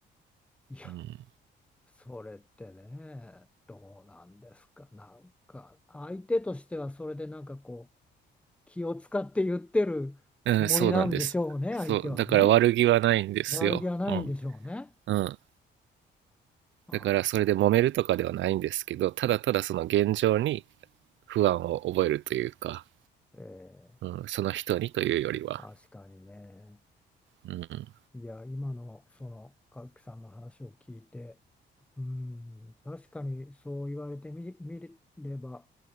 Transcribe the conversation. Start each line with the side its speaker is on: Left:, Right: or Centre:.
Centre: いや、
Right: うん
Centre: それってね、どうなんですか。なんか、相手としてはそれでなんかこう、気を使って言ってるつもりなんでしょうね、
Right: うん、うん、そうなんですそうだから悪気はないんですようん
Centre: 相手はね。悪気はないんでしょうね。
Right: うん
Centre: ああ、
Right: だからそれで揉めるとかではないんですけどただただその現状に不安を覚えるというか、
Centre: ええ、
Right: うん、その人にというよりは
Centre: 確かにね。
Right: うん
Centre: いや、今のその和樹さんの話を聞いて、うん、確かにそう言われてみ、見れば、